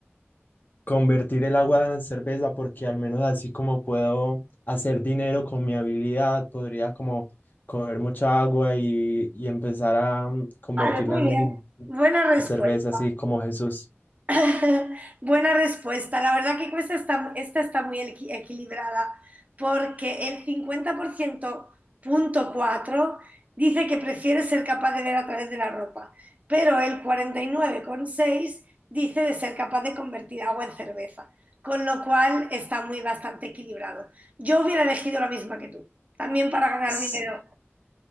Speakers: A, on the left; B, on the right.
A: convertir el agua en cerveza porque al menos así como puedo hacer dinero con mi habilidad, podría como coger mucha agua y, y empezar a mm, convertirla
B: Vale, muy
A: en
B: bien. Buena respuesta.
A: cerveza, así como Jesús.
B: <laughs> Buena respuesta. La verdad que esta está, esta está muy equi- equilibrada porque el cincuenta por ciento punto cuatro dice que prefiere ser capaz de ver a través de la ropa, pero el cuarenta y nueve coma seis dice de ser capaz de convertir agua en cerveza, con lo cual está muy bastante equilibrado. Yo hubiera elegido la misma que tú, también para ganar
A: Ps,
B: dinero.